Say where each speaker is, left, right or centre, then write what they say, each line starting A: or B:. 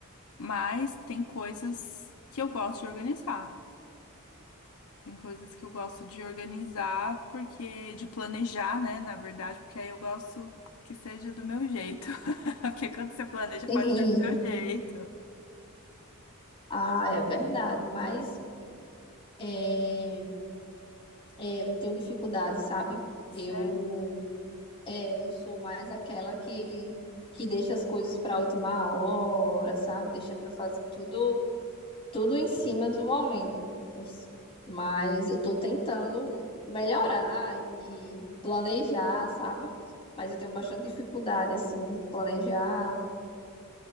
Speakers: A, on the left; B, on the left.
A: Mas tem coisas que eu gosto de organizar. Tem coisas que eu gosto de organizar porque de planejar, né, na verdade, porque aí eu gosto que seja do meu jeito. <laughs> Porque quando você planeja, pode
B: sim.
A: ser do seu jeito.
B: Ah, é verdade, mas é, é, eu tenho dificuldade, sabe?
A: Sério.
B: Eu É, eu sou mais aquela que, que deixa as coisas para a última hora, sabe? Deixa para fazer tudo, tudo em cima do momento. Mas eu estou tentando melhorar e, e planejar, sabe? Mas eu tenho bastante dificuldade, assim, de planejar.